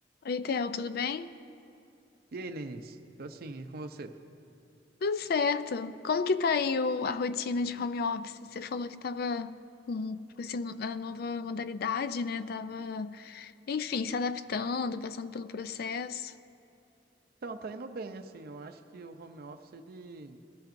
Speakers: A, on the left; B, on the right.
A: Oi, Theo, tudo bem?
B: E aí, Lenice? Tô assim, e com você?
A: Tudo certo. Como que tá aí o- a rotina de home office? Você falou que tava com esse no- a nova modalidade, né? Tava, enfim, se adaptando, passando pelo processo.
B: Então, tá indo bem, assim, eu acho que o home office, ele,